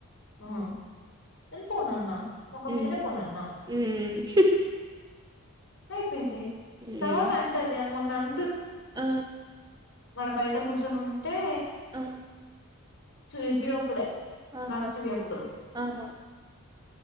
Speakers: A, on the left (about 60°); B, on the right (about 20°).
A: మ్ నేన్ పోనన్నా మొకం
B: ఉమ్
A: మీదనే పోనన్నా
B: ఉమ్
A: అయిపోయింది
B: ఉమ్
A: తర్వాత అంటది మొన్న అం
B: ఆ
A: గాడ బయట కూసోనుంటే
B: ఆ,
A: చూపి వి అప్పుడే
B: ఆహా
A: లాస్ట్ వి అప్పుడు
B: ఆహా